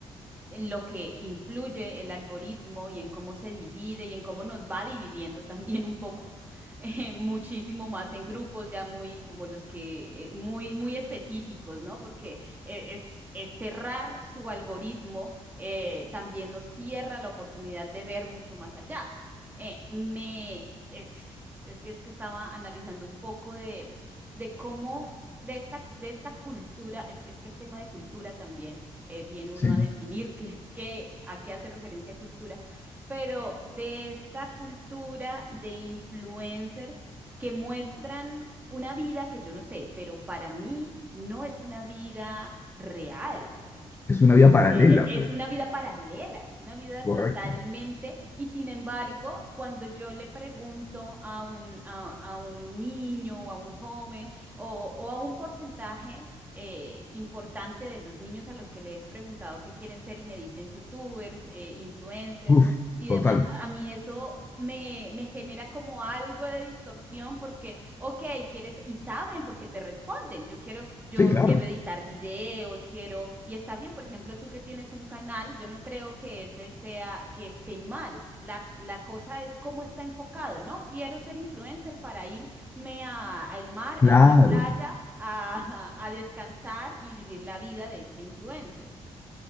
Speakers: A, on the right; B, on the left.
A: en lo que influye el algoritmo y en cómo se divide y en cómo nos va dividiendo <laughs> también un poco, <laughs> eh, muchísimo más en grupos ya muy como los que, eh, muy, muy específicos, ¿no? Porque eh, es, es cerrar su algoritmo, eh, también nos cierra la oportunidad de ver mucho más allá eh, me es, es que es que estaba analizando un poco de, de cómo de esta, de esta cultura, es, es que el tema de cultura también eh, viene uno
B: ¿sí?
A: a definir qué, <laughs> qué- a qué hace referencia cultura, pero de esta cultura de influencer que muestran una vida que yo no sé, pero para mí no es una vida real realmente
B: Es una vida paralela,
A: e- e,
B: pues.
A: Es una vida paralela, es una vida
B: Correcto.
A: totalmente, y sin embargo, cuando yo le pregunto a un, a, a un niño o a un joven o, o a un porcentaje eh, importante de los niños a los que les he preguntado qué quieren ser y me dicen youtubers, eh, influencers
B: Uf,
A: y
B: total.
A: demás, a a mí eso me, me genera como algo de distorsión porque, ok, quieres, y saben porque te responden, yo quiero... Yo
B: Sí, claro.
A: quiero editar videos, quiero, y está bien, por ejemplo, tú que tienes un canal, yo no creo que ese sea, que esté mal. La, la cosa es cómo está enfocado, ¿no? Quiero ser influencer para irme a, al mar,
B: Claro.
A: a una playa, a, <laughs> a descansar y vivir la vida de este influencer.